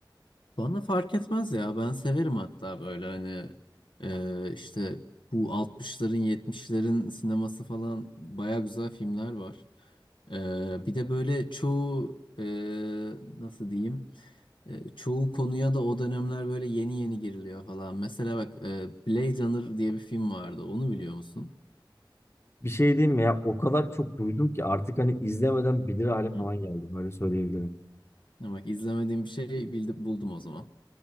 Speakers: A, on the left; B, on the left.
A: Bana fark etmez ya. Ben severim hatta böyle hani e, işte bu altmışların, yetmişlerin sineması falan baya güzel filmler var. E, bir de böyle çoğu e, nasıl diyeyim? E, çoğu konuya da o dönemler böyle yeni yeni giriliyor falan. Mesela bak e, Blade Runner diye bir film vardı. Onu biliyor musun?
B: Bir şey diyeyim mi ya? O kadar çok duydum ki artık hani izlemeden bilir hale
A: Hı hı.
B: falan geldim. Öyle söyleyebilirim.
A: Ya Bak izlemediğim bir şey bildi buldum o zaman.